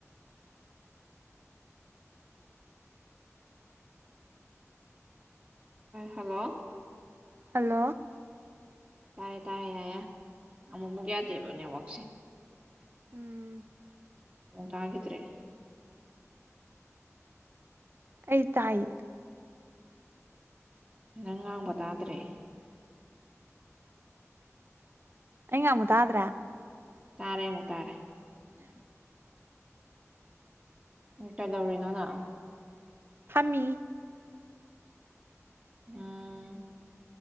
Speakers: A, on the right; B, on the right.
A: ꯍꯜꯂꯣ
B: ꯍꯜꯂꯣ
A: ꯇꯥꯔꯦ ꯇꯥꯔꯦ ꯌꯥꯔꯌꯦ ꯑꯃꯨꯛꯃꯨꯛ ꯌꯥꯗꯦꯕ ꯅꯦꯠꯋꯥꯛꯁꯦ
B: ꯎꯝ
A: ꯇꯥꯒꯤꯗ꯭ꯔꯦ
B: ꯑꯩ ꯇꯏꯌꯦ ꯑꯗꯨ
A: ꯅꯪ ꯉꯥꯡꯕ ꯇꯥꯗ꯭ꯔꯦ
B: ꯍꯃꯗꯗ꯭ꯔꯥ
A: ꯇꯥꯔꯦꯃꯨꯛ ꯇꯥꯔꯦ ꯀꯩꯗꯧꯔꯤꯅꯣ ꯅꯪ
B: ꯐꯃꯤ
A: ꯎꯝ